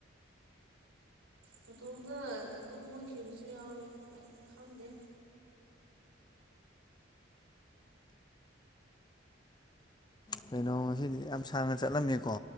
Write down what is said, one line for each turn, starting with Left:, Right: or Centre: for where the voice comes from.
Right: ꯃꯇꯣꯝꯗ ꯑꯗꯨꯝ ꯃꯨꯈꯤꯕꯁꯨ ꯌꯥꯎꯋꯤ ꯈꯪꯗꯦ
Left: ꯀꯩꯅꯣ ꯉꯁꯤꯗꯤ ꯌꯥꯝ ꯁꯥꯡꯅ ꯆꯠꯂꯝꯃꯤꯀꯣ